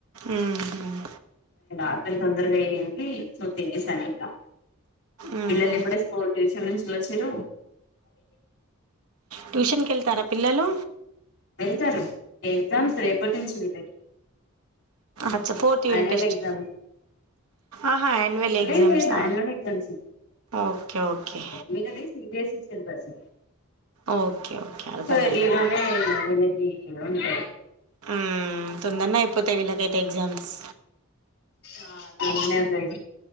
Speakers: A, on the right; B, on the left.
A: ఉమ్మ్
B: ఆకలి తొందరగా అయ్యింది సూ తినేసానింకా
A: ఉమ్
B: పిల్లలు ఇప్పుడే స్కూల్ ట్యూషన్ నుంచి వచ్చిరు
A: ట్యూషన్ కీ వెళ్తారా పిల్లలు
B: వెళ్తారు ఎగ్జామ్స్ రేపటి నుంచి విళ్ళగి
A: అచ్చా fourth unit
B: annual
A: test
B: exams
A: ఆహా యాన్యువల్ ఎగ్జామ్సా
B: లేదు లేదు అన్యువల్ ఎగ్జామ్స్
A: ఓకే ఓకే
B: మీ కేల్లి CBSE syllabus
A: okay okay అర్ధమైంది
B: so ఎర్లీగానే వీళ్ళకి ఉంటాయి
A: హ్మ్మ్ తొందరనే అయిపోతాయి వీళ్ళకైతే ఎగ్జామ్స్
B: ఆ తొందనే అయితాయి